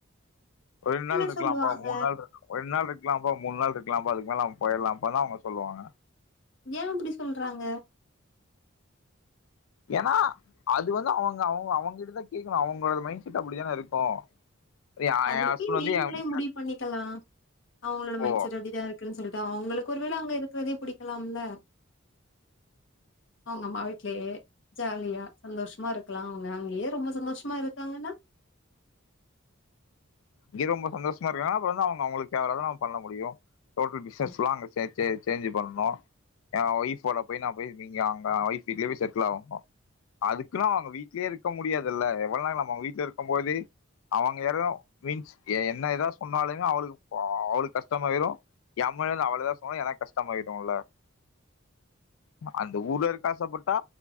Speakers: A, on the left (about 85°); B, on the left (about 65°).
A: ரெண் நாள்
B: என்ன
A: இருக்லாம்பா
B: சொல்லுவாங்க
A: மூண் நாள் இருக்கலா ரெண்டு நாள் இருக்கலாம்பா மூண் நாள் இருக்லாம்பா அதுக் மேல போயிலாம்பா தா அவங்க சொல்லுவாங்க
B: ஏ அப்டி சொல்றாங்க
A: ஏன்னா அது வந்து அவங்க அவங்க அவங்கிட்டதா கேக்கணு அவங்களோட மைண்ட் செட் அப்டித்தான இருக்கு எ
B: அது
A: ஹஸ்பண்ட்
B: எப்டி
A: வந்து
B: நீங்களே
A: என் வீட்ல
B: முடிவு பண்ணிக்கலா அவங்களோட மைண்ட
A: ஓ
B: செட் அப்டிதான் இரு இருக்குு சொல்ட்டு அவங்களுக்கு ஒருவேளை அங்க இருக்கிறதே புடிக்கலாம்ல அவங்கம்மா வீட்லேயே ஜாலியா சந்தோஷமா இருக்கலா அவங்க அங்கயே ரொம்ப சந்தோஷமா இருக்காங்கன்னா
A: இங்கே ரொம்ப சந்தோஷமா இருக்காங்கன்னா அப்புற வந்து அவங்க அவங்களுக்கு ஃபேவராதான் நம்ம பண்ண முடியு டோட்டல் பிசினஸ்லா
B: ம்,
A: அங்க சேஞ்ச் சேஞ்சு பண்ணும் என் ஒயஃபோட போய் நான் போய் நீங்க அங்க ஒய்ஃப் வீட்லயே போயீ செட்டில் ஆகணும் அதுக்குன்னு அவங்க வீட்லயே இருக்க முடியாதுல்ல எவ்வளோ நா ந அவங்க வீட்ல இருக்கும் போது அவங்க யரும் மீன்ஸ் என்ன ஏதாவ சொன்னாலுமே அவளுக்கு போ அவளுக்கு கஷ்டமாயிரும் எமளந்து அவளதான் சொன்னோும் எனக்கு கஷ்டமாயிருல்ல அந்த ஊர்ல இருக்கா ஆசைப்பட்டா